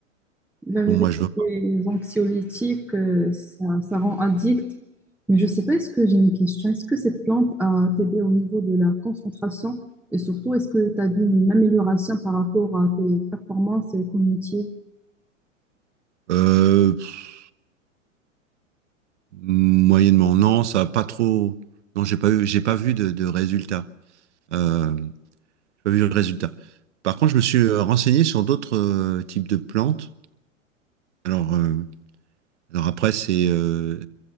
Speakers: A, in the centre; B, on the right.
A: La
B: et bon
A: vérité,
B: moi je veux
A: les anxiolytiques, euh, ça, ça rend addict. Mais je sais pas, est-ce que j'ai une question? Est-ce que cette plante a t'aidé au niveau de la concentration? Et surtout, est-ce que tu as vu une amélioration par rapport à tes performances cognitives?
B: pas. euh, pff, moyennement, non, ça a pas trop, non j'ai pas eu, j'ai pas vu de, de résultat, euh, j'ai pas vu de résultat. Par contre, je me suis euh, renseigné sur d'autres euh, types de plantes. Alors, euh, alors après, c'est, euh,